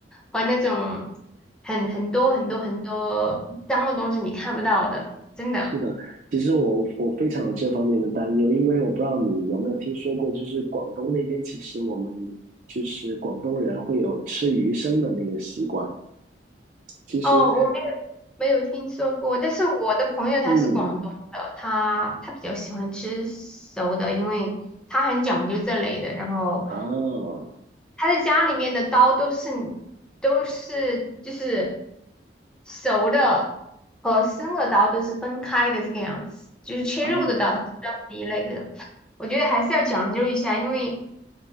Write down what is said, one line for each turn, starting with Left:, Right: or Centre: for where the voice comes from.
Centre: 和那种很很多很多很多脏的东西，你看不到的，真的。
Right: 是的，其实我我非常有这方面的担忧，因为我不知道你有没有听说过，就是广东那边其实我们就是广东人会有吃鱼生的那个习惯。其实，
Centre: 哦，我没有没有听说过，但是我的朋友他是广东的，
Right: 嗯，
Centre: 他他比较喜欢吃熟的，因为他很讲究这类的，然后。
Right: 啊
Centre: 他的家里面的刀都是都是就是熟的和生的刀都是分开的这个样子，就是切肉的刀它是专门一类的。
Right: 啊，
Centre: 我觉得还是要讲究一下，因为